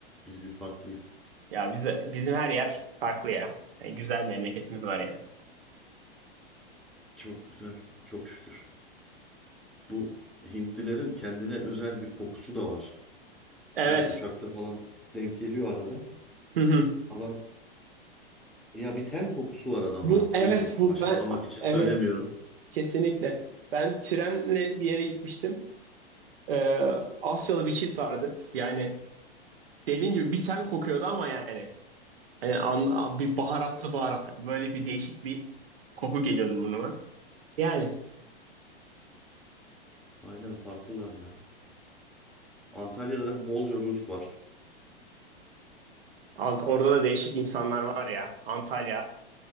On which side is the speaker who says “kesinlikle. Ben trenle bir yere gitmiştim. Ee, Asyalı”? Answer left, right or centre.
Right